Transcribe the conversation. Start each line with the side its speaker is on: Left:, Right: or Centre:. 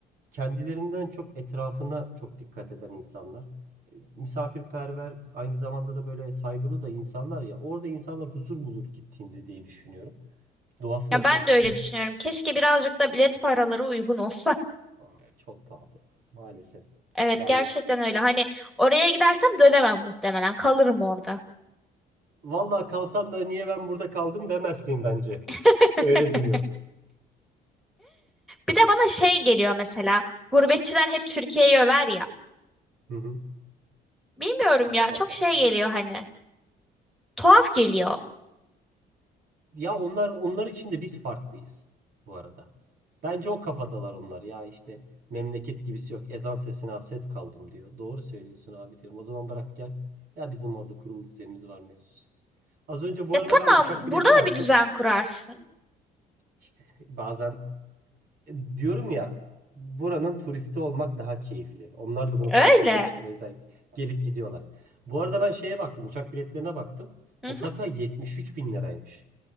Right: kendilerinden çok etrafına çok dikkat eden insanlar. E, Misafirperver, aynı zamanda da böyle saygılı da insanlar ya. Orada insanlar huzur bulur gittiğinde diye düşünüyorum. Doğası
Centre: Ya
Right: da
Centre: ben
Right: temiz.
Centre: de öyle düşünüyorum. Keşke birazcık da bilet paraları uygun olsa. <laughs>
Right: Aa, çok pahalı maalesef.
Centre: Evet,
Right: Yani
Centre: gerçekten öyle. Hani oraya gidersem dönemem muhtemelen. Kalırım orada.
Right: vallahi kalsan da niye ben burada kaldım demezsin bence.
Centre: <laughs>
Right: Öyle duruyor.
Centre: Bir de bana şey geliyor mesela. Gurbetçiler hep Türkiye'yi över ya.
Right: Hı hı.
Centre: Bilmiyorum
Right: Ah
Centre: ya
Right: vatanım.
Centre: çok şey geliyor hani. Tuhaf geliyor.
Right: Ya, ya onlar onlar için de biz farklıyız bu arada. Bence o kafadalar onlar. Ya işte memleket gibisi yok. Ezan sesine hasret kaldım diyor. Doğru söylüyorsun abi diyorum. O zaman bırak gel. Ya bizim orada kurulu düzenimiz var mevzusu. Az önce bu
Centre: Ya
Right: arada
Centre: tamam
Right: ben uçak bileti
Centre: burada da
Right: baktım.
Centre: bir düzen kurarsın.
Right: İşte bazen e, diyorum ya buranın turisti olmak daha keyifli. Onlar da bunu
Centre: Öyle.
Right: fark etmişler. O yüzden gelip gidiyorlar. Bu arada ben şeye baktım. Uçak biletlerine baktım.
Centre: Hı
Right: Osaka
Centre: hı,
Right: 73 bin liraymış.